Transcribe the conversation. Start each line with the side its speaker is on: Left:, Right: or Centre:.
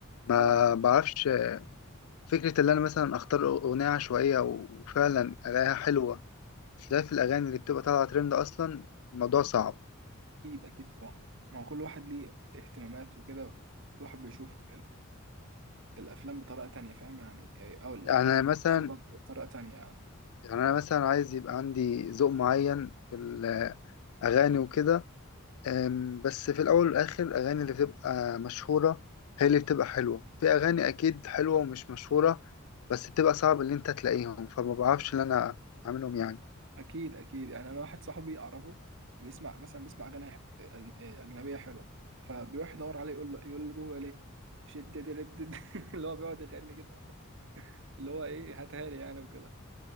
Left: ما
Right: اه اه
Left: بعرفش آه، فكرة اللي أنا مثلا أختار أغنية عشوائية وفعلا ألاقيها حلوة خلاف الأغاني اللي بتبقى طالعة ترند أصلا الموضوع صعب
Right: اكيد اكيد طبعا ما هو كل واحد ليه اهتمامات وكده كل واحد بيشوف الافلام بطريقه تانية فاهم يعني او ال-
Left: يعني
Right: قصدي
Left: أنا مثلا
Right: الموسيقى بطريقه تانية يعني
Left: يعني أنا مثلا عايز يبقى عندي ذوق معين في الأغاني وكده أم، بس في الأول والآخر الأغاني اللي بتبقى مشهورة هي اللي بتبقى حلوة في أغاني أكيد حلوة ومش مشهورة بس بتبقى صعب إن أنت تلاقيهم فما بعرفش إن أنا أعملهم يعني
Right: اكيد اكيد يعني انا واحد صاحبي اعرفه بيسمع مثلا بيسمع اغاني ح- أل- إيه، اجنبيه حلوه فبيروح يدور عليه يقول له يقول لجوجل ايه شد دد <laughs> اللي هو بيقعد يغني كده اللي هو ايه هاتها لي يعني وكده